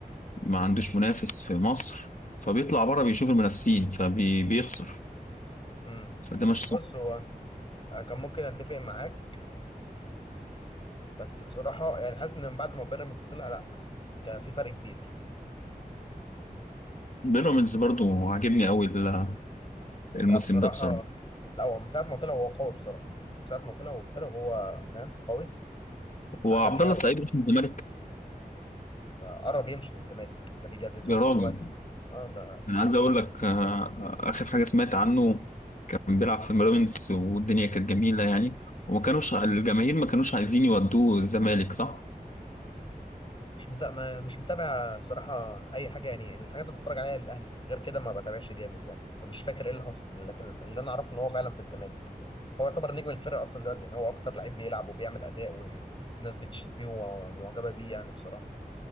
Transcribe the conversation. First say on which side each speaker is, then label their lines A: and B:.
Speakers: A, on the left; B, on the left.
A: ما عندوش منافس في مصر فبيطلع بره بيشوف المنافسين فبيخسر
B: امم
A: فده مش
B: بص
A: صح
B: هو أنا كان ممكن اتفق معاك بس بصراحه يعني حاسس ان من بعد ما بيراميدز طلع لا كان في فرق كبير
A: بيراميدز برضو عاجبني قوي ال- الموسم
B: لا بصراحة
A: ده بصراحه
B: لا هو من ساعة ما طلع هو قوي بصراحة يعني من ساعة ما طلع وابتدى وهو فاهم قوي
A: وعبد
B: عجبني
A: الله
B: أوي
A: السعيد راح الزمالك
B: ده قرب يمشي من الزمالك ده بيجددوا
A: يا
B: له
A: راجل
B: دلوقتي اه ده
A: انا عايز اقول
B: لازم
A: لك آه، آه، اخر حاجه سمعت عنه كان بيلعب في بيراميدز والدنيا كانت جميله يعني وما كانوش الجماهير ما كانوش عايزين يودوه الزمالك صح
B: مش متابع ما مش متابع بصراحة أي حاجة يعني الحاجات اللي بتفرج عليها للأهلي غير كده ما بتابعش جامد يعني فمش فاكر إيه اللي حصل لكن اللي أنا أعرفه إن هو فعلا في الزمالك هو يعتبر نجم الفرقة أصلا دلوقتي يعني هو أكتر لعيب بيلعب وبيعمل أداء والناس بتشيد بيه ومعجبة بيه يعني بصراحة